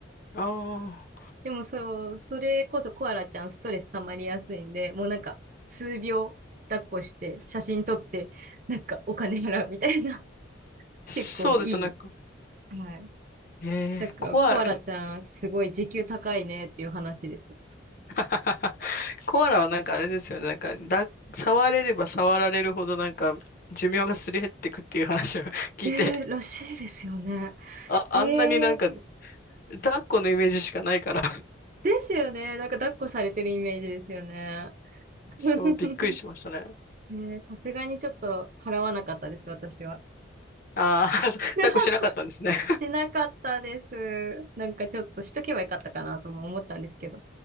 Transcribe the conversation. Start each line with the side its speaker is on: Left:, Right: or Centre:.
Left: ああ。
Right: でもそう、それこそコアラちゃんストレス溜まりやすいんで、もうなんか数秒抱っこして写真撮って、なんかお金払うみたいな
Left: <laughs> そうです、
Right: 結構いい。
Left: なんか。
Right: はい。
Left: えーコアラ、
Right: なんか、コアラちゃん、すごい時給高いねっていう話です。
Left: <laughs> コアラはなんかあれですよね。なんか、だ、触れれば触られるほどなんか、寿命がすり減ってくっていう話を <laughs> 聞いて、
Right: で、らしいですよね。
Left: あ、あんなになんか、
Right: えー、
Left: 抱っこのイメージしかないから、
Right: ですよね。なんか、抱っこされてるイメージですよね。<laughs>
Left: そう、びっくりしましたね。
Right: ねえさすがにちょっと払わなかったです、私は。
Left: ああー、<laughs>
Right: <laughs>
Left: 抱っこしなかったんですね。
Right: しなかったです。なんかちょっとしとけばよかったかなとも思ったんですけど。